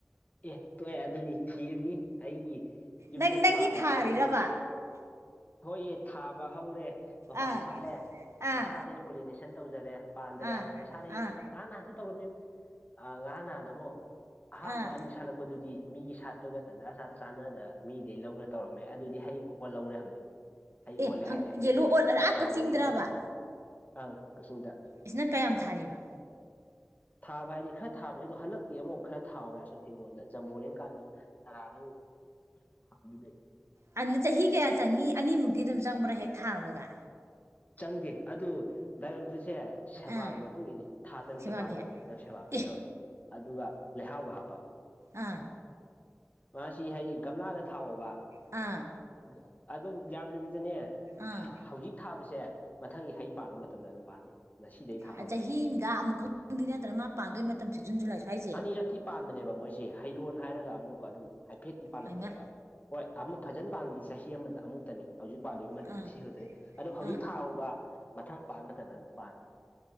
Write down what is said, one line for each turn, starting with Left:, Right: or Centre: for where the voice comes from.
Left: ꯑꯦ ꯇꯣꯛꯑꯦ ꯑꯗꯨꯅꯤ ꯊꯤꯔꯤꯝꯅꯤ ꯑꯩꯒꯤ ꯌꯨꯝꯗ
Right: ꯅꯪ ꯅꯪꯒꯤ
Left: ꯊꯥꯕ
Right: ꯊꯥꯔꯤꯔꯕ
Left: ꯑꯩ ꯏ ꯍꯣꯏꯌꯦ ꯊꯥꯕ ꯍꯧꯔꯦ ꯃꯄꯥꯟ
Right: ꯑꯥ
Left: ꯁꯥꯠꯂꯦ
Right: ꯑꯥ
Left: ꯃꯁꯥꯗꯒꯤ ꯄꯣꯂꯤꯅꯦꯁꯟ ꯇꯧꯖꯔꯦ ꯄꯥꯟꯗꯔꯦ
Right: ꯑꯥ
Left: ꯃꯁꯥꯗꯩ
Right: ꯑꯥ
Left: ꯅꯍꯥꯟ ꯅꯍꯥꯟꯁꯨ ꯇꯧꯔꯝꯃꯤ ꯑ ꯉꯍꯥꯡ ꯅꯍꯥꯟ ꯑꯃꯨꯛ ꯑꯍꯥꯟꯕ
Right: ꯑꯥ
Left: ꯑꯅꯤ ꯁꯥꯟꯅ__ ꯄꯗꯨꯗꯤ ꯃꯤꯒꯤ ꯁꯥꯠꯄꯒ ꯇꯟꯖꯥ ꯁꯥ ꯆꯥꯟꯅꯗ ꯃꯤꯗꯩ ꯂꯧꯔ ꯇꯧꯔꯝꯃꯦ ꯑꯗꯨꯗꯤ ꯍꯩ ꯑꯣ ꯑꯣꯜꯂꯧꯔꯦ ꯍꯧꯖꯤꯛ ꯍꯩ
Right: ꯑꯦ
Left: ꯑꯣꯜꯂꯦ ꯍꯥꯏꯔꯦ ꯑꯩ
Right: ꯌꯦꯂꯣ
Left: ꯌꯨꯝꯗꯩꯁꯨ
Right: ꯑꯣꯜ ꯑꯥ
Left: ꯆꯥꯎꯔꯦꯌꯦ
Right: ꯀꯛꯆꯤꯡꯗ꯭ꯔꯕ
Left: ꯐꯅ ꯑꯪ ꯀꯛꯆꯤꯡꯗ
Right: ꯏꯁ ꯅꯪ ꯀꯌꯥꯝ ꯊꯥꯔꯤꯕ
Left: ꯊꯥꯕ ꯍꯥꯏꯗꯤ ꯈꯔꯥ ꯊꯥꯕꯅꯦ ꯑꯗꯣ ꯍꯟꯗꯛꯇꯤ ꯑꯃꯨꯛ ꯈꯔ ꯊꯥꯎꯔꯦ ꯁꯝ ꯍꯤꯡꯒꯣꯜꯗ ꯖꯃꯣꯔꯦ ꯀꯥꯟꯗꯣ ꯆꯔꯥꯗꯩ ꯑꯣꯏꯕ <unintelligible> ꯐꯪꯗꯦ
Right: ꯑꯟ ꯆꯍꯤ ꯀꯌꯥ ꯆꯪꯉꯤ ꯑꯅꯤꯃꯨꯛꯇꯤ ꯑꯗꯨꯝ ꯆꯪꯕ꯭ꯔꯥ ꯍꯦꯛ ꯊꯥꯕꯒ
Left: ꯆꯪꯗꯦ ꯑꯗꯨ ꯗꯥꯏꯒꯟ ꯐ꯭ꯔꯨꯠꯁꯦ ꯁꯦꯕꯥꯒꯤ
Right: ꯑꯥ
Left: ꯃꯇꯨꯡ ꯏꯂꯤ ꯊꯥ ꯇꯔꯨꯛꯇ
Right: ꯁꯦꯕꯥꯒꯤ
Left: ꯄꯥꯟ ꯉꯝꯅꯤ ꯅꯪ ꯁꯦꯕꯥ
Right: ꯑꯦ
Left: ꯐꯟ ꯇꯧꯔꯗꯤ ꯑꯗꯨꯒ ꯂꯩꯍꯥꯎꯒ ꯍꯥꯞꯄ
Right: ꯑꯥ
Left: ꯃꯥꯁꯤ ꯍꯩ ꯒꯝꯂꯥꯗ ꯊꯥꯎꯑꯣꯕ
Right: ꯑꯥ
Left: ꯒ꯭ꯂꯥ ꯑꯗꯨꯝ ꯌꯥꯝꯗꯕꯤꯗꯅꯦ
Right: ꯑꯥ
Left: ꯍꯥ ꯍꯧꯖꯤꯛ ꯊꯥꯕꯁꯦ ꯃꯊꯪꯒꯤ ꯍꯩ ꯄꯥꯟꯕ ꯃꯇꯝꯗ ꯑꯗꯨꯝ ꯄꯥꯟꯅꯤ ꯉꯁꯤꯗꯩ ꯊꯥꯍꯧꯒ꯭ꯔꯁꯨ
Right: ꯑꯆꯍꯤ ꯑꯝꯗ ꯑꯃꯨꯛ ꯈꯪ ꯈꯪꯗꯤ ꯅꯠꯇ꯭ꯔ ꯃꯥꯄꯥꯟꯗꯣꯏ ꯃꯇꯝꯁꯦ ꯖꯨꯟ ꯖꯨꯂꯥꯏ ꯁ꯭ꯋꯥꯏꯖꯦ
Left: ꯑꯅꯤꯔꯛꯇꯤ ꯄꯥꯟꯕꯅꯦꯕ ꯃꯣꯏꯁꯤ ꯍꯩꯔꯣꯟ ꯍꯥꯏꯔꯒ ꯑꯃꯨꯛꯀ ꯑꯗꯨꯝ ꯍꯥꯏꯐꯦꯠꯇꯤ ꯄꯥꯜꯂꯛꯄꯅꯦꯕ
Right: ꯑꯩꯃ
Left: ꯍꯣꯏ ꯑꯃ ꯐꯖꯟ ꯄꯥꯟꯕꯗꯤ ꯆꯍꯤ ꯑꯃꯗ ꯑꯃꯨꯛꯇꯅꯤ ꯍꯧꯖꯤꯛ ꯄꯥꯜꯂꯤꯕ ꯃꯇꯝꯁꯤ
Right: ꯑꯥ
Left: ꯁꯤ ꯈꯛꯇꯅꯤ ꯑꯗꯣ ꯍꯧꯖꯤꯛ
Right: ꯑꯥ
Left: ꯊꯥꯑꯣꯕ ꯃꯊꯪ ꯄꯥꯟ ꯃꯇꯝꯗ ꯑꯗꯨꯝ ꯄꯥꯟꯅꯤ